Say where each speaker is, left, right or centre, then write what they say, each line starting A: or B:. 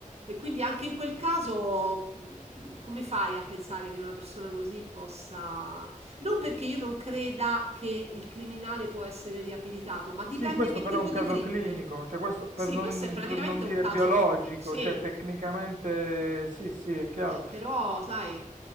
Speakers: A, on the right (about 50°); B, on the right (about 70°).
A: E quindi anche in quel caso, mh, come fai a pensare che una persona così possa... Non perché io non creda che il criminale può essere riabilitato, ma dipende
B: Sì, questo
A: che
B: però
A: tipo
B: è un
A: di
B: caso
A: crimine.
B: clinico, cioè questo
A: Sì,
B: per non,
A: questo è praticamente
B: per non dire
A: un caso,
B: biologico,
A: sì,
B: cioè
A: eh,
B: tecnicamente sì, sì, è chiaro.
A: però sai,